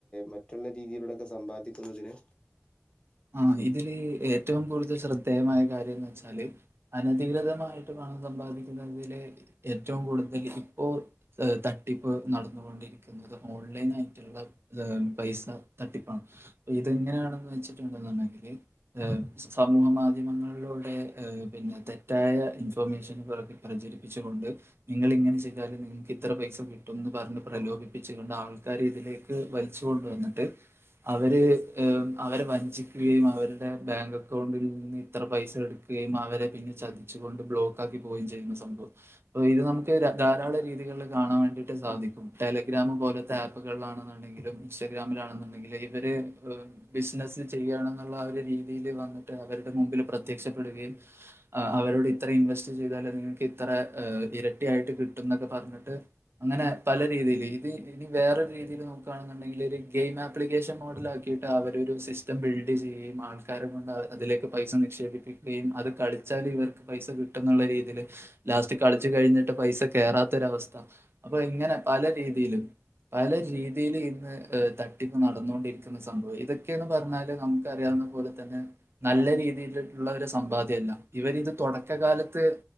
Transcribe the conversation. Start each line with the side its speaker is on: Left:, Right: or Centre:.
Left: മറ്റുള്ള രീതിയിലൂടെൊക്കെ സമ്പാദിക്കുന്നതിന്
Right: ആഹ് ഇതില് ഏറ്റവും കൂടുതൽ ശ്രദ്ധേയമായ കാര്യന്ന് വെച്ചാല് അനധികൃതമായിട്ട് പണം സമ്പാദിക്കുന്നതില് ഏറ്റവും കൂടുതല് ഇപ്പോ തട്ടിപ്പ് നടന്നുകൊണ്ടിരിക്കുന്നത് ഓൺലൈനായിട്ടുള്ള ഏഹ് പൈസതട്ടിപ്പാണ് ഇതെങ്ങനെയാണെന്ന് വെച്ചിട്ടുണ്ടെന്നുണ്ടെങ്കില് ഏഹ് സമൂഹ മാധ്യമങ്ങളിലൂടെഏഹ് പിന്നെ തെറ്റായ ഇൻഫർമേഷന് പുറക് പ്രചരിപ്പിച്ചുകൊണ്ട് നിങ്ങളിങ്ങനെ ചെയ്താലും ഇത്ര പൈസകിട്ടുന്ന് പറഞ്ഞ് പ്രലോഭിപ്പിച്ചുകൊണ്ട്ആൾക്കാരേ ഇതിലേ വലിച്ച് കൊണ്ടുവന്നിട്ട് അവര് ഏഹ് അവര് വ ഞ്ചിക്കുകയും അവരുടെ ബാങ്ക്ക്കൗണ്ടിൽ നിന്ന് ഇത്രപൈസ എടുക്കുകയും അവരെ പിന്നെ ചതി ച്ച്കൊണ്ട് ബ്ലോക്കാക്കി പോകുകയും ചെയ്യുന്ന സംഭവം അപ്പഇത് നമക്ക് ധാരാള രീതികള് കാണാൻ വേണ്ടിയിട്ട് സാധിക്കും ടെലിഗ്രാംപോലത്തെ ആപ്പുകളിലാണെന്നുണ്ടെങ്കിലും ഇൻസ്റ്റാഗ്രാമിലാണെന്നുണ്ടെങ്കില് ഇവര് ഏഹ് ബിസിനസ് ചെയ്യയാണെന്നുള്ള ആഒരു രീതിൽവന്നിട്ട് അവരുടെ മുമ്പിൽ പ്രത്യക്ഷപ്പെടുകയും അവരോട് ഇത്ര ഇൻവെസ്റ്റ് ചെയ്താലെ നിങ്ങൾക്കിത്ര ഇരട്ടിയായിട്ട്കിട്ടും ന്നൊക്കെ പറഞ്ഞിട്ട് അങ്ങനെ പലരീതിയില് ഇത് ഇനി വേറൊരു രീതിയില് നോക്കെണെന്ന്ണ്ടെങ്കില് ഒരു ഗെയിം ആപ്ലിക്കേഷൻ മോഡൽ ആക്കി ട്ട് അവരൊരു സിസ് തം ബിൽഡ് ചെയ്യെം ആൾക്കാരെ കൊണ്ട് അതിലേക്ക് പൈസ നിക്ഷേപിപ്പിക്ക്വെം അത് കളിച്ചാലും ഇവർക്ക് പൈസ കി കുള്ള രീതിയില് ലാസ്റ്റ് കളിച്ചു കഴിഞ്ഞിട്ട് പൈസ കേറാത്തൊരവസ്ഥ അപ്പഇങ്ങനെ പല രീതിയിലും പലരീതിയില് ഇന്ന് തട്ടിപ്പ് നടന്നൊണ്ടിരിക്കുന്ന സംഭവം ഇതൊക്കെയ പറഞ്ഞാല് നമുക്ക്റിയാവുന്ന പോലെ തന്നെ നല്ലരീതിയിലുള്ളൊരു സമ്പാദ്യല്ല ഇവരിത് തൊടക്കകാലത്ത്